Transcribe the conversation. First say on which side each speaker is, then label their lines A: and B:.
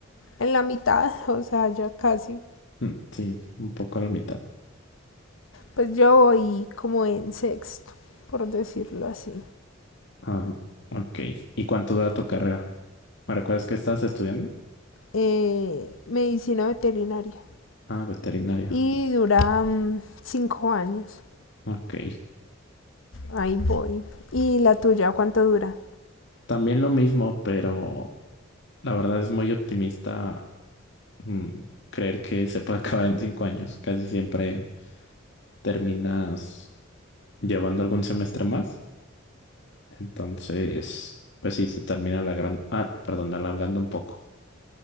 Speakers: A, on the left; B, on the left.
A: en la mitad, <laughs> o sea, ya casi.
B: Mm, Sí, un poco a la mitad.
A: Pues yo voy como en sexto, por decirlo así.
B: Ah, ok. ¿Y cuánto dura tu carrera? ¿Me recuerdas que estás estudiando?
A: Eh, medicina veterinaria.
B: Ah, veterinaria.
A: Y dura mm, cinco años.
B: Ok.
A: Ahí voy. ¿Y la tuya cuánto dura?
B: También lo mismo, pero la verdad es muy optimista mm, creer que se puede <laughs> acabar en cinco años. Casi siempre terminas llevando algún semestre más. Entonces, pues sí, se termina la gran... ah, perdón, alargando un poco.